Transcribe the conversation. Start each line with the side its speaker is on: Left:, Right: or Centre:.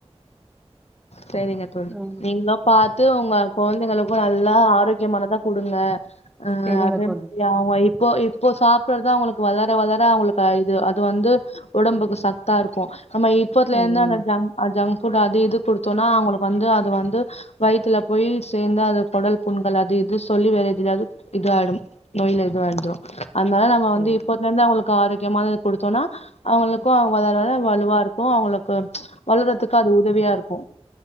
Left: சரிங்க தோழி
Centre: ம்
Left: நீங்களோ பாத்து உங்க கொழந்தைங்கல நல்லா ஆரோக்கியமானதா கொடுங்க அ
Centre: செரிங்க
Left: அதே
Centre: தோழி
Left: மாரி அவ இப்போ இப்போ சாப்பிறதா அவங்களுக்கு வளர வளர அவங்களுக்கு அ இது அது வந்து ஒடம்புக்கு சத்தா இருக்கும் நம்ம இப்பதுல
Centre: ம்
Left: எனஜாங் அஜாங் கூடாது இது குடுத்தோனா அவங்களுக்கு வந்து அது வந்து வயித்துல போய் சேந்து அது குடல் புண்கள் அது இது சொல்லி வேற எதுலது இது ஆயிடும் நோய்ல இது ஆயிடும் அதனால நம்ம வந்து
Centre: ம்
Left: இப்பத்லருந்து அவுங்களுக் கு ஆரோக்கியமானது குடுத்தோன்னா அவங்களுக்கு அவங்க வளர வளற வலுவாருக்கு அவங்களுக்கு ம்ச் வளறதுக்கு அது உதவியாருக் கு